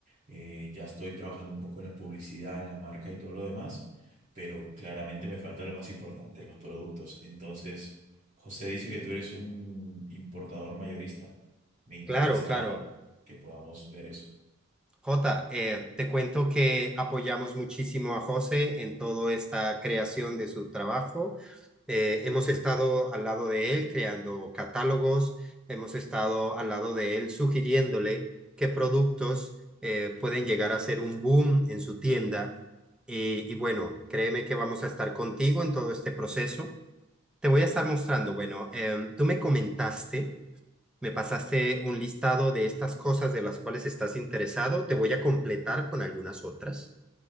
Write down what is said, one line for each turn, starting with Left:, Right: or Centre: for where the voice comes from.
Right: eh, ya estoy trabajando un poco en la publicidad, en la marca y todo lo demás, pero claramente me falta lo más importante, los productos. Entonces, José dice que tú eres un importador mayorista. Me interesa
Centre: Claro, claro.
Right: que podamos ver eso.
Centre: Jota, eh, te cuento que apoyamos muchísimo a José en toda esta creación de su trabajo. Eh, hemos estado al lado de él creando catálogos, hemos estado al lado de él sugiriéndole qué productos eh, pueden llegar a ser un boom en su tienda. Y, y bueno, créeme que vamos a estar contigo en todo este proceso. Te voy a estar mostrando, bueno, em, tú me comentaste me pasaste un listado de estas cosas de las cuales estás interesado. Te voy a completar con algunas otras.